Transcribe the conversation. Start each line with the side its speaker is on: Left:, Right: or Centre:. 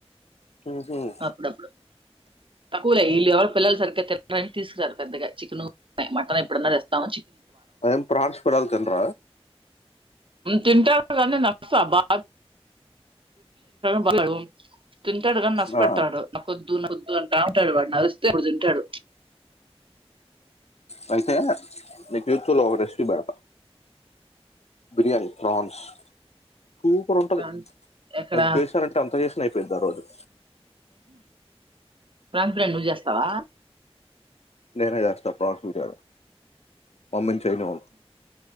Left: హూ హ్మ్
Right: అప్పుడప్పుడు తక్కువలే వీళ్ళ ఎవరూ పిల్లలు సరిగా తినరని తీసుకురారు పెద్దగా చికెన్ మటన్ ఎప్పుడన్నా తెస్తాం
Left: అయం ప్రహార్స్ పడల్ చంద్ర
Right: తిన్ట్ నసా బ బా తింటాడు కాని నచ్చపెట్టాడు
Left: ఆ.
Right: కొద్దు న వొద్దు అంటా ఉంటాడు వాడు నడుస్తేప్పుడుంటాడు
Left: వతే లే చ లోగ రెస్ బ బిర్యానీ ప్రాన్స్ సూపర్ ఉంటది
Right: ప్రాన్స్ ఎక్కడ
Left: అది చేశారంటే అంత చేస్త యిపోయి రోజు
Right: ప్రంత ప్రణ నువ్వు చేస్తావా
Left: నేనేస్ ఫాన్స్ విట్టారు మమ్మన్ చైనా